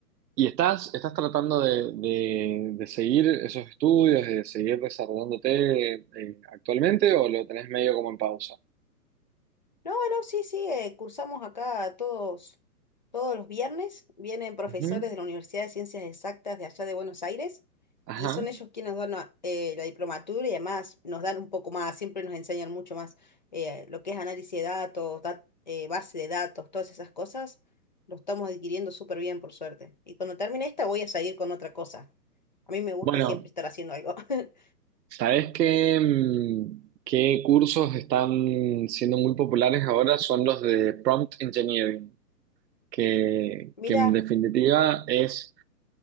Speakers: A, on the right (about 85°); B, on the left (about 30°).
A: y estás, estás tratando de, de- de seguir esos estudios, de seguir desarrollándote eh, actualmente o lo tenés medio como en pausa.
B: No, no, sí, sí, eh, cursamos acá todos, todos los viernes. Vienen profesores
A: Ujú.
B: de la Universidad de Ciencias Exactas de allá de Buenos Aires
A: Ajá.
B: y son ellos quienes nos dan la eh, la diplomatura y además nos dan un poco más, siempre nos enseñan mucho más eh, lo que es análisis de datos, dat- eh, base de datos, todas esas cosas. Lo estamos adquiriendo súper bien, por suerte. Y cuando termine esta voy a seguir con otra cosa. A mí me gusta
A: Bueno,
B: siempre estar haciendo algo. <laughs>
A: ¿sabés qué, mm, qué cursos están siendo muy populares ahora? Son los de prompt engineering. que,
B: Mirá,
A: que en definitiva es,